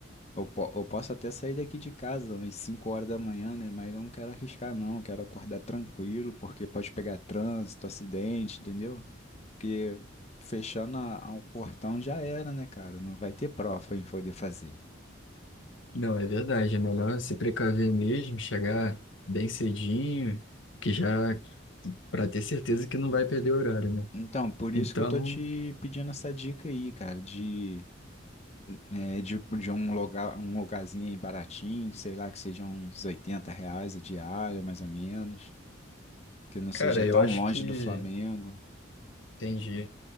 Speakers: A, on the left; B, on the left.
A: Eu, po- eu posso até sair daqui de casa umas 5 horas da manhã, né? Mas eu não quero arriscar, não. Eu Quero acordar tranquilo, porque pode pegar trânsito, acidente, entendeu? Porque fechando a, a- o portão já era, né, cara? Não vai ter prova pra gente poder fazer.
B: Não, é verdade. É melhor se precaver mesmo, chegar bem cedinho, que já para ter certeza que não vai perder o horário, né?
A: Então, por
B: Então,
A: isso que eu tô te pedindo essa dica aí, cara, de, é, de, de um lugar, um lugarzinho aí baratinho, sei lá, que seja uns 80 reais a diária, mais ou menos. Que não
B: cara,
A: seja tão
B: eu acho
A: longe
B: que
A: do Flamengo.
B: entendi.